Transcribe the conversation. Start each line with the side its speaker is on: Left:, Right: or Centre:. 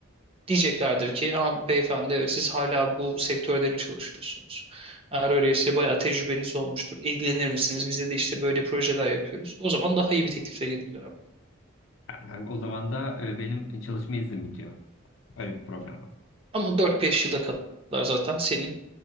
Right: Diyeceklerdir ki ha, beyefendi evet siz hala bu sektörde mi çalışıyorsunuz? Eğer öyleyse bayağı tecrübeniz olmuştur. İlgilenir misiniz? Bizde de işte böyle projeler yapıyoruz. O zaman daha iyi bir teklifle gelirler ama.
Left: Yani kanka o zaman da e, benim çalışma iznim bitiyor. Öyle bir problem var.
Right: Ama dört beş yıla kadar zaten senin